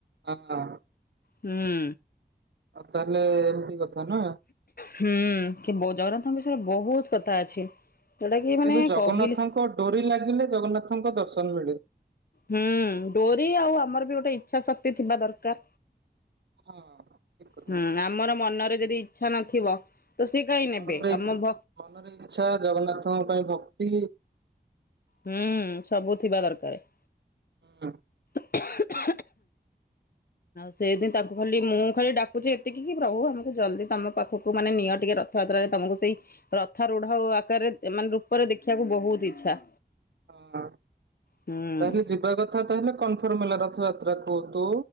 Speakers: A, on the right; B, on the left.
A: ହଁ।
B: ହୁଁ।
A: ଆଉ ତାହେଲେ ଏମିତି କଥା ନା
B: ହୁଁ, କି ବ ଜଗନ୍ନାଥଙ୍କ ବିଷୟ ରେ ବହୁତ କ ଥା ଅଛି। ଯୋଉଟା କି ମାନେ
A: କିନ୍ତୁ ଜଗନ୍ନାଥଙ୍କ
B: କହିଲେ
A: ଡୋରି ଲାଗିଲେ ଜଗନ୍ନାଥଙ୍କ ଦର୍ଶନ ମିଳେ।
B: ହୁଁ ଡୋରି ଆଉ ଆମର ବି ଗୋଟେ ଇଚ୍ଛା ଶକ୍ତି ଥିବା ଦରକାର।
A: ହଁ ଠିକ କଥା
B: ହୁଁ, ଆମର ମନରେ ଯଦି ଇଚ୍ଛା ନଥିବ ତ ସିଏ କାହିଁ ନେବେ
A: ମନରେ
B: ଆମ ଭ
A: ମନରେ ଇଚ୍ଛା, ଜଗନ୍ନାଥଙ୍କ ପାଇଁ ଭକ୍ତି
B: ହୁଁ ସବୁ ଥିବା ଦରକାର।
A: ହୁଁ।
B: <unintelligible> ଆଉ ସେଦିନ ତାଙ୍କୁ ଖାଲି ମୁଁ ଖାଲି ଡାକୁଛି ଏତିକି କି ପ୍ରଭୁ ଆମକୁ ଜଲ୍ଦି ତମ ପାଖକୁ ମାନେ ନିଅଟି ରଥଯାତ୍ରାରେ ତମକୁ ସେଇ ରଥାରୁଢ ଆକାରରେ ମାନେ ରୂପରେ ଦେଖିବାକୁ ବହୁତ ଇଚ୍ଛା।
A: ହଁ
B: ହୁଁ
A: ତାହେଲେ ଯିବା କଥା ତାହେଲେ କନଫର୍ମ ହେଲା ରଥଯା <unintelligible> କୁ ତୁ,